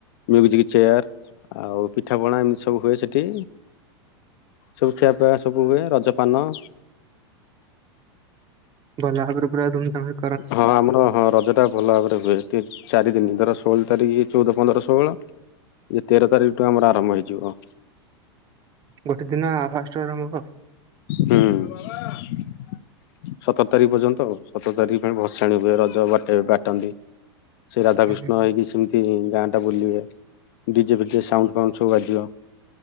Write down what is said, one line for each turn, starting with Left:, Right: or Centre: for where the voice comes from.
Left: ମ୍ୟୁଜିକ୍ ଚେୟାର ଆଉ ପିଠାପଣା ଏମିତି ସବୁ ହୁଏ ସେଠି। ସବୁ ଖିଆପିଆ ସବୁ ହୁଏ ରଜପାନ
Right: ଭଲଭାବରେ ପୁରା ଧୁମ୍ ଧାମ
Left: ହଁ, ଆମର ହଁ ରଜଟା ଭଲ ଭାବରେ ହୁଏ ଟିକେ ଚାରିଦିନ ଧର ଷୋହଳ ତାରିଖି ଚଉଦ, ପନ୍ଦର, ଷୋହଳ ଇଏ ତେର ତାରିଖଠୁ ଆମର ଆରମ୍ଭ ହେଇଯିବ।
Right: ଗୋଟେ ଦିନ ଫାଷ୍ଟରୁ ଆରମ୍ଭ ହବ?
Left: ହୁଁ ସତର ତାରିଖି ପର୍ଯ୍ୟନ୍ତ ସତର ତାରିଖି ଭସାଣି ହୁଏ ରଜ ବାଟେ ବାଟନ୍ତି ସେରାଧାକୃଷ୍ଣ
Right: ହୁଁ ହୁଁ
Left: ହେଇକି ସେ ଏ ଗାଁଟା ବୁଲିବେ ଡିଜେ ଫିଜେ ସାଉଣ୍ଡ ଫାଉଣ୍ଡ ସବୁ ବାଜିବ